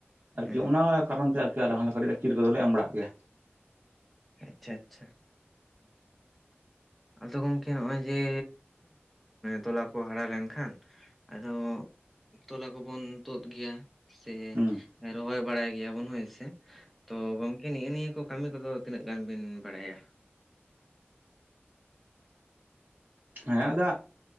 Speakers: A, on the right; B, in the centre.
A: ᱟᱨᱠᱤ
B: ᱦᱩᱸ
A: ᱚᱱᱟ ᱠᱟᱨᱚᱱ ᱛᱮ ᱟᱞᱮ ᱦᱚᱸᱞᱮ ᱠᱟᱹᱴᱤᱡ ᱪᱤᱨ ᱠᱚᱫᱚᱞᱮ ᱮᱢ ᱵᱟᱲᱟᱜ ᱜᱮᱭᱟ
B: ᱟᱪᱪᱷᱟ ᱟᱪᱪᱷᱟ ᱟᱫᱚ ᱜᱚᱝᱠᱮ ᱱᱚᱜᱼᱚᱭ ᱡᱮ ᱛᱚᱞᱟ ᱠᱚ ᱦᱟᱨᱟ ᱞᱮᱱᱠᱷᱟᱱ ᱟᱫᱚ᱾ ᱛᱚᱞᱟ ᱠᱚᱵᱚᱱ ᱛᱩᱫ ᱜᱮᱭᱟ ᱥᱮ
A: ᱦᱩᱸ
B: ᱨᱚᱦᱚᱭ ᱵᱟᱲᱟᱭ ᱜᱮᱭᱟᱵᱚᱱ ᱦᱳᱭᱥᱮ᱾ ᱛᱚ ᱜᱚᱢᱠᱮ ᱱᱤᱼᱮ ᱱᱤᱭᱟᱹ ᱠᱟᱹᱢᱤ ᱠᱚᱫᱚ ᱛᱤᱱᱟᱹᱜ ᱜᱟᱱ ᱵᱤᱱ ᱵᱟᱲᱟᱭᱟ
A: ᱦᱮᱸ ᱟᱫᱚ